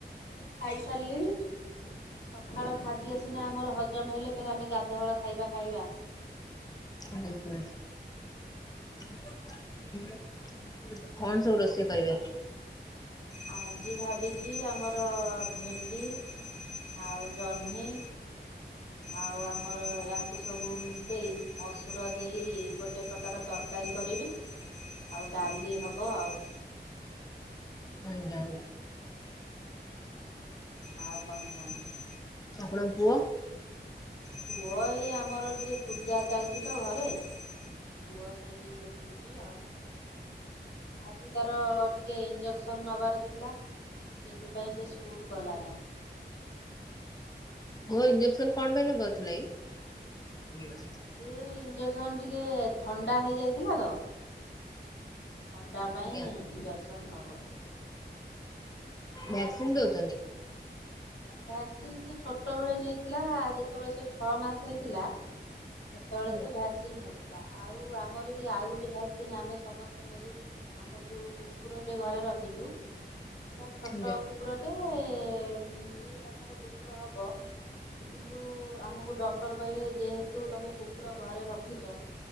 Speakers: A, on the left; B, on the left.
A: ଖାଇସାରିଲିଣି ସକାଳ ଖାଦ୍ୟ ସିନା ଆମର ହଜମ ହେଲେ ଫେରେ ଆମେ ଗାଧୁଆଳ ଖାଇବା ଖାଇବା।
B: ଆଜ୍ଞା କଣ ସବୁ ରୋଷେଇ କରିବେ
A: ଆଉ
B: ଆଜି?
A: ଆଜି ଭାବିଛି ଆମର ଭେଣ୍ଡି ଆଉ ଜହ୍ନି ଆଉ ଆମର ୟାକୁ ସବୁ ମିଶେଇ ମ ଚୁର ଦେଇ ଗୋଟେ ପ୍ରକାର ତରକାରୀ କରିବି ଆଉ ଡାଲି ହେବ ଆଉ।
B: ଆଜ୍ଞା ଆଜ୍ଞା
A: ଆଉ କଣ କୁହନ୍ତୁ?
B: ଆପଣଙ୍କ ପୁଅ?
A: ପୁଅ ଏଇ ଆମର ଟିକେ ପୂଜା ଚାଲିଛି ତ ଘରେ ପୁଅ ସେଇଠି ଦେଖୁଛି ଆଉ ଆଜି ତାର ଟିକେ ଇନ୍ଜ ସନ୍ ନବାର ଥିଲା ସେଇଥିପାଇଁ ସେ ସ୍କୁଲ ଗଲା ନାହିଁ।
B: ପୁଅ ଇଞ୍ଜେକ୍ସନ କଣ ପାଇଁ ନେବାର ଥିଲା କି? <unintelligible>
A: ସେ ଇଞ୍ଜେକ୍ସନ ଟିକେ ଥଣ୍ଡା ହେଇଯାଇଥିଲା ତ। ଥଣ୍ଡା ପାଇଁ
B: ଆଜ୍ଞା
A: ଇଞ୍ଜେକ୍ସନ ନବ ସେ। ଆଉ
B: ଭ୍ୟାକ୍ସିନ୍ ଦଉଛନ୍ତି?
A: ଭ୍ୟାକ୍ସିନ ସେ ଛୋଟବେଳେ ନେଇଥିଲା ଯେତେବେଳେ ସେ ଛଅ ମାସ ହେଇଥିଲା। ସେତେବେଳେ
B: ଆଜ୍ଞା
A: ସେ ଭ୍ୟାକ୍ସିନ ନେଉଥିଲା ଆଉ ଆମର ବି ଆଉ ଗୋଟେ ଭ୍ୟାକ୍ସିନ ଆମେ ସମସ୍ତେ ନେବୁ ଆମର ଯୋଉ କୁକୁର ଟେ ଘରେ ରଖିଛୁ ସେଟା ଛୋଟ
B: ଆଜ୍ଞା
A: କୁକୁରଟେ ଦୁଇ ମାସର କୁକୁର ହବ କିନ୍ତୁ ଆମକୁ ଡକ୍ଟର କହିଲେ ଯେହେତୁ ତମେ କୁକୁର ଘରେ ରଖିଛ।